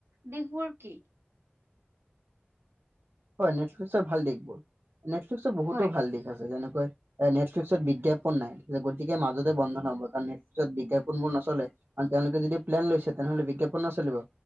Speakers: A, on the right (about 75°); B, on the right (about 60°).
A: দিশবোৰ কি?
B: হয়। নেটফ্লিক্সৰ ভাল দিশ বোৰ নেটফ্লিক্সৰ বহুতো
A: হয়,
B: ভাল দিশ আছে যেনেকৈ এ', নেটফ্লিক্সৰ বিজ্ঞাপন নাই যে, গতিকে মাজতে বন্ধ ন হ'ব কাৰণ পিছত বিজ্ঞাপন বোৰ নচলে আৰু তেওঁলোকে যদি প্লেন লৈছে। তেনেহলে বিজ্ঞাপন নচলিব।